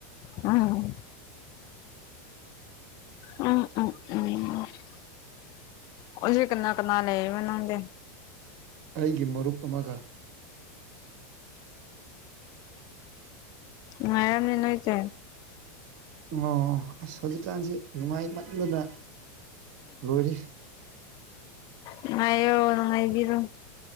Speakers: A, on the left (about 45°); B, on the right (about 55°).
A: ꯎꯝ ꯎꯝ ꯎꯝ <unintelligible> ꯍꯧꯖꯤꯛ ꯀꯅꯥ ꯀꯅꯥ ꯂꯩꯔꯤꯕ꯭ꯔꯥ ꯅꯪꯗꯤ
B: ꯑꯩꯒꯤ ꯃꯔꯨꯞ ꯑꯃꯒ
A: ꯑꯣ ꯅꯨꯉꯥꯏꯔꯝꯅꯤ ꯅꯣꯏꯇꯤ
B: ꯑꯣ ꯑꯁ ꯍꯧꯖꯤꯛꯀꯥꯟꯁꯦ ꯅꯨꯡꯉꯥꯏꯃꯟꯗꯅ ꯂꯣꯏꯔꯦ
A: ꯅꯨꯉꯥꯏꯌꯣ ꯅꯨꯉꯥꯏꯕꯤꯔꯣ